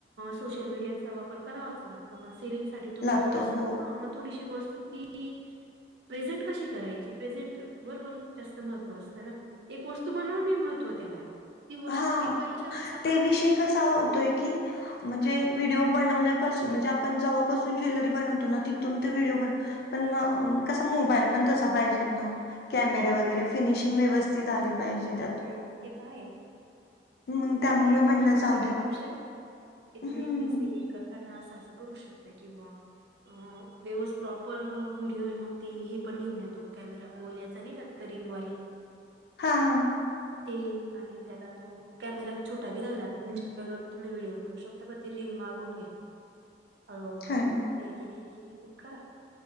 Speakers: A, on the right; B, on the left.
A: सोशल मीडियाचा वापर करावाच लागत मग सेलिंगसाठी तुम्ही
B: लागतो
A: थोडसं
B: हो
A: ह मग थोडीशी वस्तु त की प्रेझेंट कशी करायची प्रेझेंट बरोबर जास्त महत्त्व असतं ना एक गोष्ट बनवून मी महव त्याला ती वस्तू
B: हा
A: व कायच्या वेळेस आप
B: ते विषय कसा होतोय की म्हणजे व्हिडिओ बनवण्यापासून म्हणजे आपण जव्हापासून ज्वेलरी बनवतो ना तिथून ते व्हिडिओ बन पण कस मोबाईल पण तसा पाहिज ना हो कॅमेरे वगैरे फिनिशिंग व्यवस् जिथे आली पाहिजे त्यात
A: हम्म तेेत आहे
B: मग
A: तेवढा
B: त्यामुळे
A: एक
B: मी म्हटलं
A: आहे तुमच्याकडे
B: जाऊ दे
A: ऑप्शन की
B: हम्म
A: तुम्ही ती सेलिंग कर त्यांना असं असं करू शकत किंवा अ व्यवस् प्रॉपर व्हिडीिओ आहे ना तेी हे पण घेऊन येतो कॅमेरा बोल याचा नाही करिंगवाली
B: हा हा
A: ते आणि त्याला तो कॅमेरा छोटा दिलेला मंजे मोबाईल वर बी विडिओ करू शकतो पण ती रिंग मागवून घ्या हळूहळू करत
B: ह
A: एक एक एक एक करा